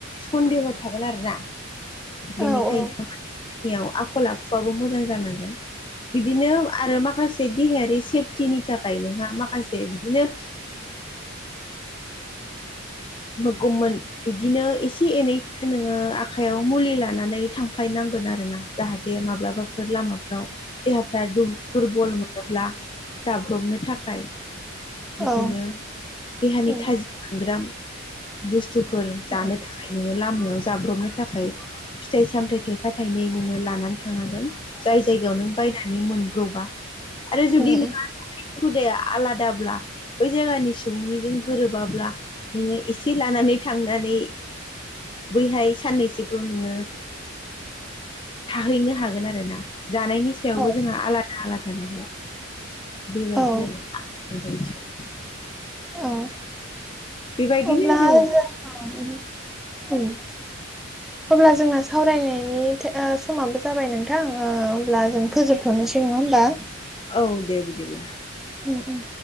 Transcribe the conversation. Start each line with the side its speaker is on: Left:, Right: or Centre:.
Left: सन्देह' थागोन आरोना
Centre: औ
Left: बेनिखायनो
Centre: औ
Left: नियाव आखल आखुआबो मोजां जानांगोन। बिदिनो आरो माखासे देहायारि सेफटिनि थाखाय नोंहा माखासे बिदिनो <unintelligible> बिदिनो एसे एनै नोङो आखाइयाव मुलि लानानै थांफायनांगोन आरोना। जाहाथे माब्लाबाफोर लामाफ्राव देहाफ्रा दुर-दुरबल मोनोब्ला जाब्रबनो थाखाय बिदिनो
Centre: औ
Left: देहानि
Centre: उम
Left: थाजिम मोनग्रा बुस्थुफोर जानो
Centre: उम
Left: थाख खाय नोङो लामायाव जाब्रबनो थाखाय फिथाइ सामथाइ थाइफा थाइनै नोङो लानानै थानांगोन। जाय जायगायाव नों बायनानै मोनब्र'बा आरो जुदि
Centre: उम
Left: नोंहा हुदाया आलादाब्ला बै जायगानि सुबुंनिजों गोरोबाब्ला नोङो एसे लानानै थांनानै बैहाय साननैसोखौ नोङो थाहैनो हागोन आरोना जानायनि सायावबो
Centre: औ
Left: जोंहा आलादा आलादा नालाय। बेबायदि
Centre: औ
Left: आरो <unintelligible>
Centre: औ
Left: बेबायदिनो
Centre: अब्ला
Left: जोङो
Centre: जों औ उम। अब्ला जोंना सावरायनायनि थो ओ समाबो जाबाय नोंथां ओ अब्ला जों फोजोब थ'नोसै नङा होमबा?
Left: औ दे बिदिब्ला।
Centre: उम उम।